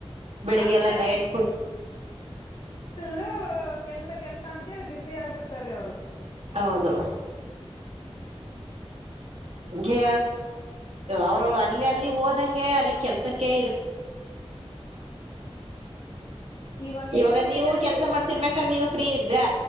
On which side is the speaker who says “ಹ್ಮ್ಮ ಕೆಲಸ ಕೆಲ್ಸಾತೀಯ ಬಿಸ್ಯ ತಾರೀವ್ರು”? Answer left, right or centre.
Left